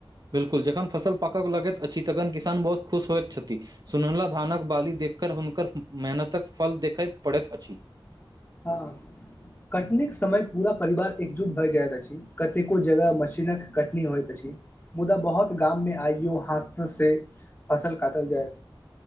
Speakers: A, on the right; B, on the left.
A: बिल्कुल जखन फसल पाकऽ लगैत अछि तखन किसान बहुत खुश होइत छथि सुनहला धानक बाली देखकर हुनकर मेहनतक फल देखय पड़ैत अछि
B: हँ कटन समय पूरा परिवार एकजुट भए जाइत अछि कतेको जगह मशीनक कटनी होइत अछि मुदा बहुत गाम में आइयो हस से फसल काटल जाय